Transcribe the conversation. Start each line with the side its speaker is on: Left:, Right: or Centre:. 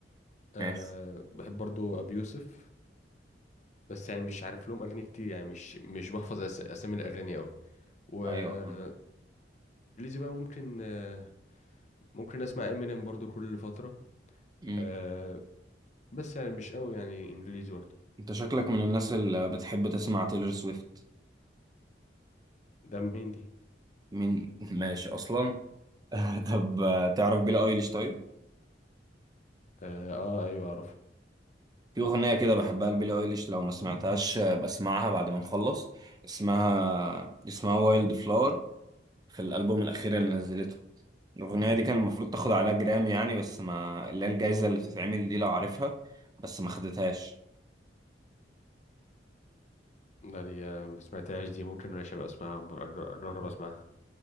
Left: آه
Right: ماشي
Left: بحب برضو ابي يوسف بس يعني مش عارف لهم اغاني كتير يعني مش مش بحفظ أس... اسامي الاغاني قوي وانجليزي
Right: أيوه
Left: بقى ممكن آه، ممكن اسمع امينيم برضو كل فترة
Right: مم.
Left: أه بس يعني مش قوي يعني انجليزي برضو
Right: انت شكلك من الناس اللي بتحب تسمع تيلر سويفت
Left: ده مين دي
Right: مين <laughs> ماشي اصلا <laughs> طب آه، تعرف بيلي ايليش طيب
Left: اه, آه ايوه اعرف
Right: في اغنيه كده بحبها لبيلي ايليش لو ما سمعتهاش آه، بسمعها بعد ما نخلص اسمها اسمها وايلد فلاور في الالبوم الاخير اللي نزلته الاغنيه دي كان المفروض تاخد عليها جرامي يعني بس ما اللي هي الجايزه اللي بتتعمل دي لو عارفها بس ما خدتهاش
Left: ده دي آه، ما سمعتهاش دي ممكن ماشي ابقى اسمعها اجرب اسمعها